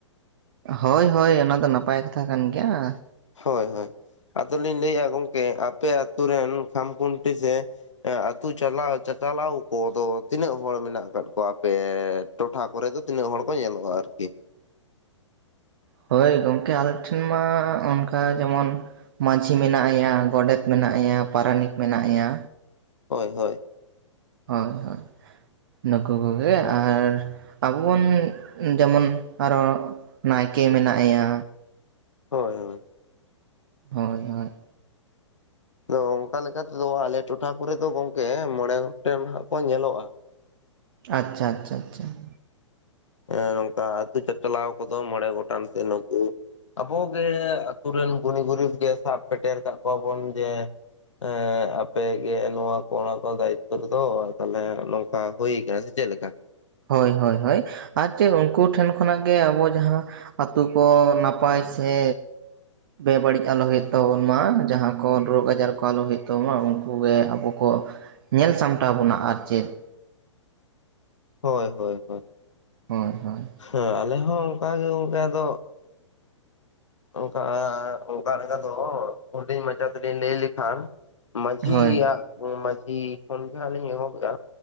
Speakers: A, on the right; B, on the left.
A: ᱦᱳᱭ, ᱦᱳᱭ, ᱚᱱᱟ ᱫᱚ ᱱᱟᱯᱟᱭ ᱠᱟᱛᱷᱟ ᱠᱟᱱ ᱜᱮᱭᱟ᱾
B: ᱦᱳᱭ, ᱦᱳᱭ, ᱟᱫᱚᱞᱤᱧ ᱞᱟᱹᱭᱮᱜᱼᱟ ᱜᱚᱝᱠᱮ ᱟᱯᱮ ᱟᱛᱩ ᱨᱮᱱ ᱠᱷᱟᱢ ᱠᱷᱩᱱᱴᱤ ᱥᱮ ᱮᱸ ᱟᱹᱛᱩ ᱪᱟᱞᱟᱣ ᱪᱟᱪᱟᱞᱟᱣ ᱠᱚᱫᱚ ᱛᱤᱱᱟᱹᱜ ᱦᱚᱲ ᱢᱮᱱᱟᱜ ᱟᱠᱟᱫ ᱠᱚᱣᱟ? ᱟᱯᱮ ᱴᱚᱴᱷᱟ ᱠᱚᱨᱮ ᱫᱚ ᱛᱤᱱᱟᱹᱜ ᱦᱚᱲ ᱠᱚ ᱧᱮᱞᱚᱜᱼᱟ ᱟᱨᱠᱤ?
A: ᱦᱳᱭ ᱜᱚᱝᱠᱮ ᱟᱞᱮ ᱴᱷᱮᱱ ᱢᱟ ᱚᱱᱠᱟ ᱡᱮᱢᱚᱱ ᱢᱟᱡᱷᱤ ᱢᱮᱱᱟᱜᱼᱮᱭᱟ, ᱜᱚᱰᱮᱛ ᱢᱮᱱᱟᱜᱼᱮᱭᱟ, ᱯᱟᱨᱟᱱᱤᱠ ᱢᱮᱱᱟᱜᱼᱮᱭᱟ,
B: ᱦᱳᱭ, ᱦᱳᱭ᱾
A: ᱦᱳᱭ, ᱦᱳᱭ, ᱱᱩᱠᱩ ᱠᱚᱜᱮ ᱟᱨ ᱟᱵᱚ ᱵᱚᱱ ᱡᱮᱢᱚᱱ ᱟᱨᱚ ᱱᱟᱭᱠᱮ ᱢᱮᱱᱟᱜᱼᱮᱭᱟ᱾
B: ᱦᱳᱭ, ᱦᱳᱭ᱾
A: ᱦᱳᱭ, ᱦᱳᱭ ᱾
B: ᱟᱫᱚ ᱚᱱᱠᱟ ᱞᱮᱠᱟ ᱛᱮᱫᱚ ᱟᱞᱮ ᱴᱚᱴᱷᱟ ᱠᱚᱨᱮ ᱫᱚ ᱜᱚᱝᱠᱮ ᱢᱚᱬᱮᱸ ᱜᱚᱴᱮᱱ ᱦᱟᱸᱜ ᱠᱚ ᱧᱮᱞᱚᱜᱼᱟ ᱾
A: ᱟᱪᱪᱷᱟ, ᱟᱪᱪᱷᱟ, ᱟᱪᱪᱷᱟ ᱾
B: ᱮᱸ ᱱᱚᱝᱠᱟ ᱟᱹᱛᱩ ᱪᱟᱪᱟᱞᱟᱣ ᱠᱚᱫᱚ ᱢᱚᱬᱮᱸ ᱜᱚᱴᱟᱝᱱ ᱛᱮ ᱱᱩᱠᱩ ᱟᱵᱳ ᱜᱮ ᱟᱹᱛᱩ ᱨᱮᱱ ᱜᱩᱱᱤ ᱜᱩᱨᱤᱵᱽ ᱜᱮ ᱥᱟᱵ ᱯᱮᱴᱮᱨ ᱠᱟᱜ ᱠᱚᱣᱟᱵᱚᱱ ᱡᱮ ᱮᱸ ᱟᱯᱮ ᱜᱮ ᱱᱚᱣᱟ ᱠᱚ, ᱚᱱᱟ ᱠᱚ ᱫᱟᱭᱤᱛᱛᱚ ᱨᱮᱫᱚ‌ ᱛᱟᱞᱦᱮ ᱱᱚᱝᱠᱟ ᱦᱩᱭ ᱠᱟᱱᱟ ᱥᱮ ᱪᱮᱜ ᱞᱮᱠᱟ?
A: ᱦᱳᱭ, ᱦᱳᱭ, ᱦᱳᱭ, ᱟᱨ ᱪᱮᱜ ᱩᱱᱠᱩ ᱴᱷᱮᱱ ᱠᱷᱚᱱᱟᱜ ᱜᱮ ᱟᱵᱳ ᱡᱟᱦᱟᱸ ᱟᱹᱛᱩ ᱠᱚ ᱱᱟᱯᱟᱭ ᱥᱮ ᱵᱮᱵᱟᱹᱲᱤᱡ ᱟᱞᱚ ᱦᱳᱭᱳᱜ ᱛᱟᱵᱚᱱ ᱢᱟ, ᱡᱟᱦᱟᱸ ᱠᱚ ᱨᱳᱜᱽ ᱟᱡᱟᱨ ᱠᱚ ᱟᱞᱚ ᱦᱳᱭᱳᱜ ᱛᱟᱵᱚᱱ ᱢᱟ, ᱩᱱᱠᱩ ᱜᱮ ᱟᱵᱳ ᱠᱚ ᱧᱮᱞ ᱥᱟᱢᱴᱟᱣ ᱵᱚᱱᱟ ᱟᱨ ᱪᱮᱫ ᱾
B: ᱦᱳᱭ, ᱦᱳᱭ, ᱦᱳᱭ ᱾
A: ᱦᱳᱭ, ᱦᱳᱭ ᱾
B: ᱦᱮᱸ, ᱟᱞᱮ ᱦᱚᱸ ᱚᱱᱠᱟ ᱜᱮ ᱜᱚᱝᱠᱮ ᱟᱫᱚ ᱚᱱᱠᱟ, ᱚᱱᱠᱟ ᱞᱮᱠᱟ ᱫᱚ, ᱦᱩᱰᱤᱧ ᱢᱟᱪᱟ ᱛᱮᱞᱤᱧ ᱞᱮᱭ ᱞᱮᱠᱷᱟᱱ ᱢᱟᱹᱡᱷᱤᱭᱟᱜ,
A: ᱦᱳᱭ
B: ᱢᱟᱹᱡᱷᱤ ᱠᱷᱚᱱ ᱜᱮ ᱦᱟᱸᱜ ᱞᱤᱧ ᱮᱦᱚᱵᱮᱜᱼᱟ